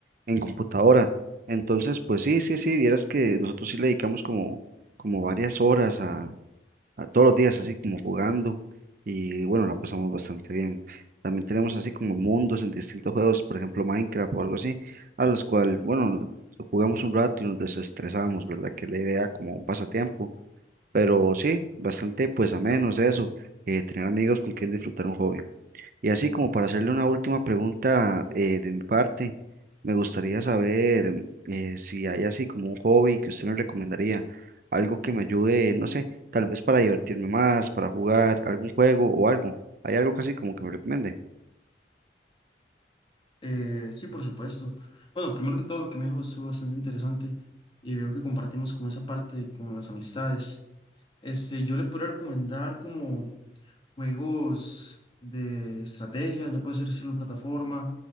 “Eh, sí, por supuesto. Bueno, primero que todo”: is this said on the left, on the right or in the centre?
Left